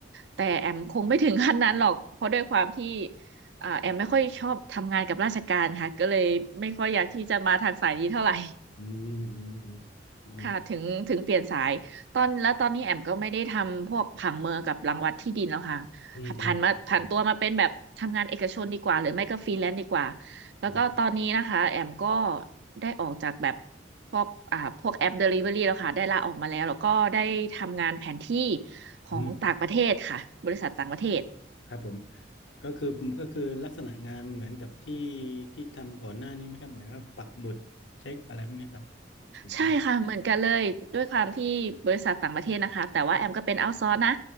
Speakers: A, on the right; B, on the left.
A: แต่แอมคงไม่ถึงขั้นนั้นหรอกเพราะด้วยความที่อ่าแอมไม่ค่อยชอบทำงานกับราชการค่ะก็เลยไม่ค่อยอยากที่จะมาทางสายนี้เท่าไหร่
B: อืมอืม
A: ค่ะถึงถึงเปลี่ยนสายตอนแล้วตอนนี้แอมก็ไม่ได้ทำพวกผังเมืองกับรังวัดที่ดินแล้วค่ะ
B: อืมอืมอืมอืม
A: ผ่านมาผ่านตัวมาเป็นแบบทำงานเอกชนดีกว่าหรือไม่ก็ฟรีแลนซ์ดีกว่าแล้วก็ตอนนี้นะคะแอมก็
B: อืมอืม
A: ได้ออกจากแบบพวกอ่าพวกแอป Delivery แล้วค่ะได้ลาออกมาแล้วแล้วก็ได้ทำงานแผนที่ของต่างประเทศค่ะบริษัทต่างประเทศ
B: อืมครับผม ก็คือก็คือลักษณะงานเหมือนกับที่ที่ทำก่อนหน้านี้ไหมครับเหมือนกับปักหมุดเช็คอะไรพวกเนี้ยครับอืม
A: ใช่ค่ะเหมือนกันเลยด้วยความที่บริษัทต่างประเทศนะคะแต่ว่าแอมก็เป็นเอาท์ซอร์นะ